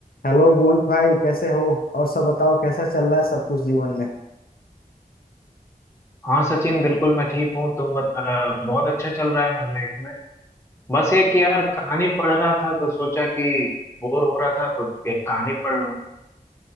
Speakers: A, on the left; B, on the left.
A: Hello Mohit भाई कैसे हो और सब बताओ कैसा चल रहा है सब कुछ जीवन में
B: हाँ सचिन बिल्कुल मैं ठीक हूँ तुम बत, अ, बहुत अच्छा चल रहा है मेरी लाइफ में बस एक यार कहानी पढ़ रहा था तो सोचा कि बोर हो रहा था तो एक कहानी पढ़ लूँ